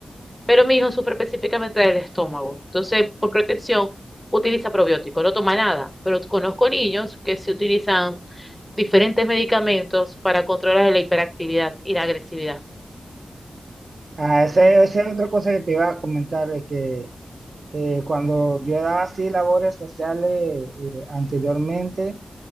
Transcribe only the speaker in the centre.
Pero mi hijo sufre específicamente del estómago. Entonces, por protección, utiliza probiótico. No toma nada, pero conozco niños que se utilizan diferentes medicamentos para controlar la hiperactividad y la agresividad.
Mm.